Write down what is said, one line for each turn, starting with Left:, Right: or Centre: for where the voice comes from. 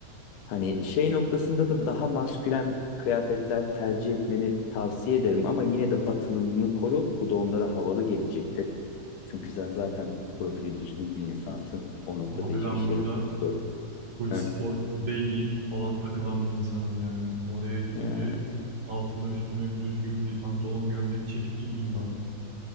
Left: Hani şey noktasında da daha maskülen kıyafetler tercih etmeni tavsiye ederim ama yine de batılılığını koru. Bu da onlara havalı gelecektir. Çünkü sen zaten profili düzgün bir insansın. O noktada
Right: Abi
Left: hiçbir
Right: ben
Left: şey
Right: burada
Left: sor.
Right: full
Left: Heh.
Right: spor, baggy falan takılan bir insanım yani. Oraya gidince
Left: Ee,
Right: altıma üstüme bir düzgün bir pantolon gömlek çekip gideyim bari.